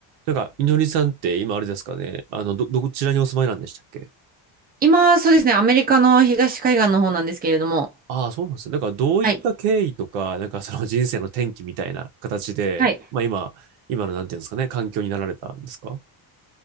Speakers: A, on the right; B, on the right.
A: なんか、みのりさんって今あれですかね、あの、ど、どちらにお住まいなんでしたっけ
B: 今、そうですね、アメリカの東海岸の方なんですけれども、
A: ああ、そうなんですね。だから、どういった経緯とか、
B: はい。
A: なんかその人生の転機みたいな形で、
B: はい。
A: まあ今、今のなんていうんですかね、環境になられたんですか